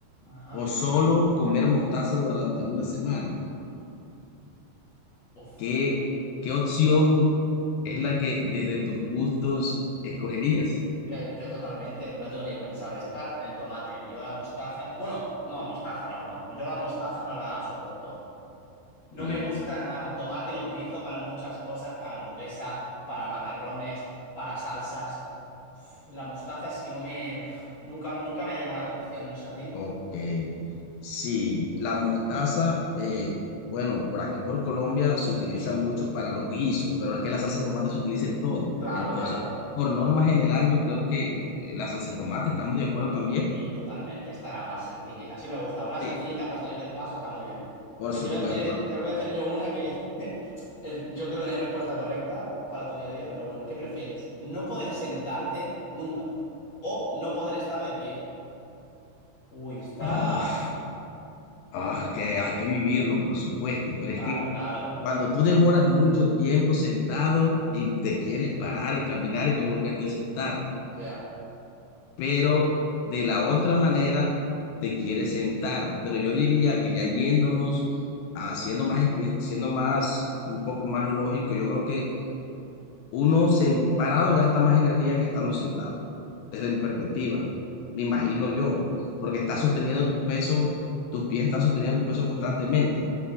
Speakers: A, on the left (about 45°); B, on the left (about 75°).
A: Ajá.
B: o solo comer mostaza durante una semana?
A: Uf.
B: ¿Qué, qué opción es la que desde tus gustos escogerías?
A: Eh, yo totalmente, no me la tengo ni que pensar. Esta, el tomate. Yo la mostaza. Bueno, no, mostaza no, no. Yo la mostaza no la soporto. No
B: Mm,
A: me gusta nada. El tomate lo utilizo para muchas cosas, para hamburguesa, para macarrones, para salsas. Uf, la mostaza es que no me... uf, nunca, nunca me ha llamado la atención, no sé a ti.
B: Ok, sí, la mostaza, eh, bueno, por aquí por Colombia se utiliza
A: ¿Sí?
B: mucho para los guisos, pero es que la salsa de tomate se utiliza en todo.
A: Claro,
B: Entonces,
A: claro.
B: por norma general, yo creo que eh, la salsa de tomate, ¿estamos de acuerdo también?
A: Eh, totalmente. Esta era más sencillita. Sí me gusta. Una sencillita
B: Sí.
A: para salir del paso está muy bien.
B: Por
A: Me
B: supuesto,
A: te voy a hacer,
B: para...
A: te voy a hacer yo una que... <laughs> es- Yo creo que no hay respuesta correcta para tu día a día, pero bueno, ¿qué prefieres? ¿No poder sentarte nunca o no poder estar de pie? Uy, está...
B: Oh, ah, que hay que vivirlo, por supuesto, pero
A: Claro,
B: es que
A: claro.
B: cuando tú demoras mucho tiempo sentado y te quieres parar y caminar y no volverte a sentar.
A: Ya.
B: pero de
A: Ca-
B: la otra manera te quiere sentar. Pero yo diría que ya yéndonos, a- siendo más, espe- siendo más, un poco más lógico, yo creo que uno sen- parado gasta más energía que estando sentado, desde mi perspectiva, me imagino yo, porque estás sosteniendo tu peso, tus pies están sosteniendo tu peso constantemente.